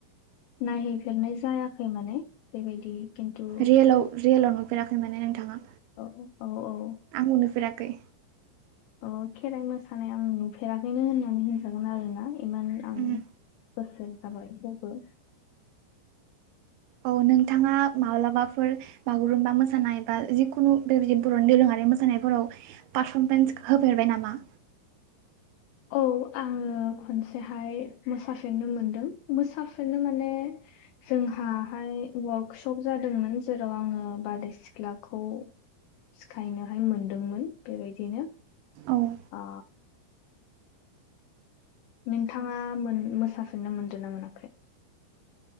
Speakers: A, on the left; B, on the right.
A: नायहैफेरनाय जायाखै माने बेबायदि खिन्थु
B: रियेल रियेलाव नुफेराखै माने नोंथाङा
A: औ औ औ
B: आंबो नुफेराखै
A: अ खेराइ मोसानाय आं नुफेराखैनो होननानै होनजागोन आरोना इमान आं
B: उम
A: बोसोन जाबाय थेवबो
B: औ नोंथाङा माब्लाबाफोर बागुरुम्बा मोसानाय बा जिखुनु बेबायदि बर'नि दोरोङारि मोसानायफोराव पारफरमेन्स होफेरबाय नामा
A: औ आंङो खनसेहाय मोसाफेरनो मोनदों मोसाफेरनो माने जोंहाहाय वार्कशप जादोंमोन जेराव आंङो बारदै सिख्लाखौ सिखायनोहाय मोनदोंमोन बेबायदिनो
B: औ
A: अ नोंथांङा मोसाफिननो मोनदों ना मोनाखै